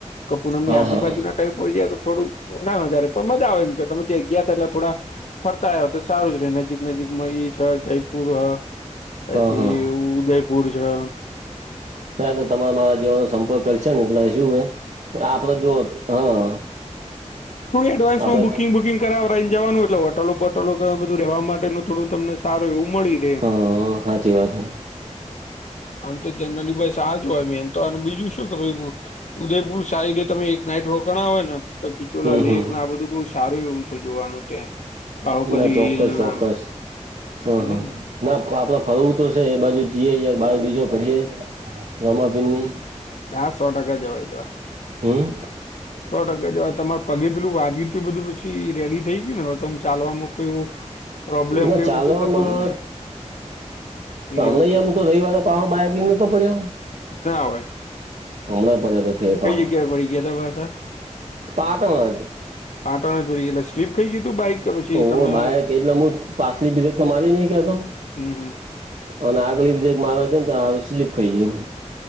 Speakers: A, on the left; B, on the right.
A: કે પૂનમ ની
B: હા
A: આજુબાજુ
B: હા
A: ના ટ ગયા તો થોડું વધારે વધારે પણ મજા આવે એમ કે તમે ત્યાં ગયા હતા એટલે થોડા ફરતા આવ્યા હો તો સારું જ ર નજીક નજીકમાં ઈ છે. જયપુર હ પછી
B: હા હા
A: ઉદયપુર છે.
B: હ તો તમારે મારા જીવાનો સંપર્ક કર છે. ને એટલે શું હ આપડ જો હા
A: થોડી એડવાન્સમાં
B: આપડે
A: બુકિંગ બુકિંગ કર રહીને જવાનું એટલે હોટલો બોટલો બધું રહેવા માટેનું થોડું તમને સારું એવું મળી રે.
B: હા સાાચી વાત હ.
A: આમ તો જનરલી બસ આજ હોય મેન તો અને બીજું શું કે ભાઈ? ઉદયપુર સાારીડે તમે એક નાઈટ રોકાણ હોય ને તો બિચોલા
B: હમ
A: લેક આ બધું બ સારું એવું છે. જોવાનું ત્યાં. બાહુબલી
B: ના ચોક્કસ
A: હિલ
B: ચોક્કસ
A: ના બધું
B: હ હા!
A: હમ
B: ના આપડે ફરવું તો છે. એ બાજુ જઈએ યાર બાર બીજો ફરીએે. જમા પિની
A: હા સો ટકા જવાય જવાય
B: હમ <unintelligible>
A: સો ટકા જેવાય તમારે પગે પેલું વાગી તયું બધું પછી રેડી થઈ ગયું ને? તોમ ચાલવાવામાં કઈ પ્રોબ્લેમ
B: ના
A: કું
B: ચાલવામાં
A: કશું થતું નહીં ને?
B: હમણાંયા
A: એવું છે
B: હું તો રહી વા પા બાાયક લઈનેતો પડ્યો?
A: ક હોય!
B: હમણા પર તો ફેર
A: કઈ
B: પાહો
A: જગ્યાએ પડી ગયા તા પાછા
B: પાટણ જ.
A: પાટણ જોડી એટ સ્લીપ ખઈ ગયું બાઈક? કે પછી
B: ઓ
A: તમે
B: ભાઈ એટલે હું પાછલી ભેક તો મારી નહી કેતો?
A: હમ હમ
B: અને આગળ બીધા એક મારવા જ ને તોરું સ્લીપ ખાઈ ગયું.